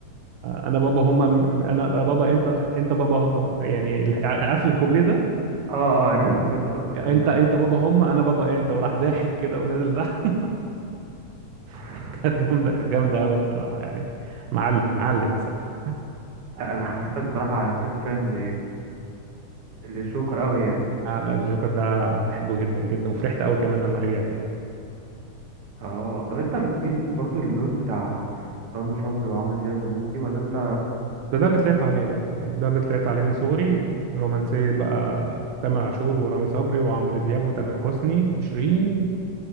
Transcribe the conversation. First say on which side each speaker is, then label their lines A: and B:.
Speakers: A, on the right; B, on the right.
A: أنا بابا هما أنا بابا أنت أنت بابا هو- يعني عارف الكوبليه ده
B: اه اه عرفت فهمت قصدك فهمت
A: أنت
B: قصدك
A: أنت بابا هما أنا بابا أنت وراح ضاحك كده ونزل تحت <laughs>
B: <laughs>
A: كانت جامدة كانت جامدة أوي بصراحة يعني معلم معلم بصراحة
B: انا حسيتك بصراحه توب فان للجوكر قوي يعني
A: على الجوكر ده بحبه جدا جدا وفرحت أوي كمان لما رجع تاني
B: اه طب انت بتميل برضو للون بتاع رامي صبري وعمرو دياب والناس دي ولا انت
A: ده ده اللي طلعت عليه بقى يعني ده اللي طلعت عليه من صغري رومانسية بقى تامر عاشور ورامي صبري وعمرو دياب وتامر حسني وشيرين